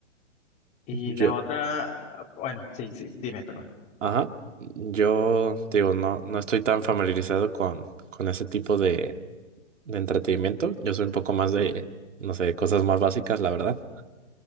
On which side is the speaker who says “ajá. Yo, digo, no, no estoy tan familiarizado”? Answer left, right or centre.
Right